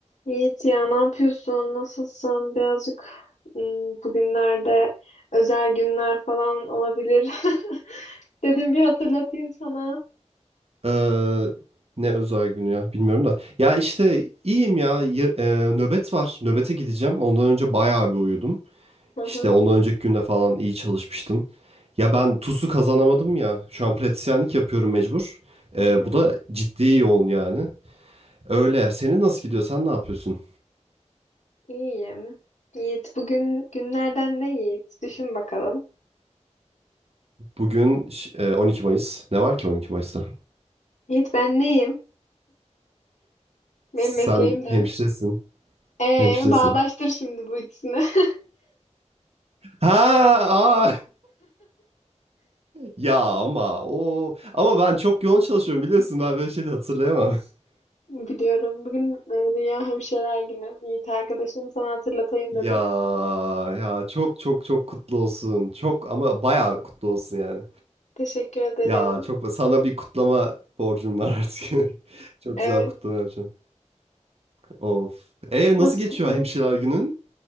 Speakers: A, on the left; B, on the right.
A: Yiğit ya ne yapıyorsun? Nasılsın? Birazcık ım, bugünlerde özel günler falan olabilir. <laughs> Dedim bir hatırlatayım sana.
B: Eee, ne özel günü ya bilmiyorum da. Ya işte iyiyim ya. Y- eee, nöbet var. Nöbete gideceğim. Ondan önce bayağı bir uyudum.
A: Hı hı.
B: İşte ondan önceki günde falan iyi çalışmıştım. Ya ben TUS'u kazanamadım ya. Şu an pratisyenlik yapıyorum mecbur. Eee,
A: Hı hı.
B: bu da ciddi yoğun yani. Öyle. Senin nasıl gidiyor? Sen ne yapıyorsun?
A: İyiyim. Yiğit bugün günlerden ne Yiğit? Düşün bakalım.
B: Bugün ş- eee, 12 Mayıs. Ne var ki 12 Mayıs'ta?
A: Yiğit ben neyim? Benim
B: Sen
A: mesleğim ne?
B: hemşiresin.
A: Ee,
B: Hemşiresin.
A: bağdaştır şimdi bu ikisini. <laughs>
B: Ha, aa. Ya ama o ama ben çok yoğun çalışıyorum biliyorsun ben böyle şey de hatırlayamam. <laughs>
A: Biliyorum. Bugün e, Dünya Hemşireler Günü. Yiğit arkadaşım sana hatırlatayım
B: Ya
A: dedim.
B: ya çok çok çok kutlu olsun. Çok ama bayağı kutlu olsun yani.
A: Teşekkür ederim.
B: Ya çok sana bir kutlama borcum var artık. <laughs> Çok
A: Evet.
B: güzel bir kutlama yapacağım. Of. E
A: Nasıl
B: nasıl geçiyor
A: gidiyor?
B: hemşireler günün?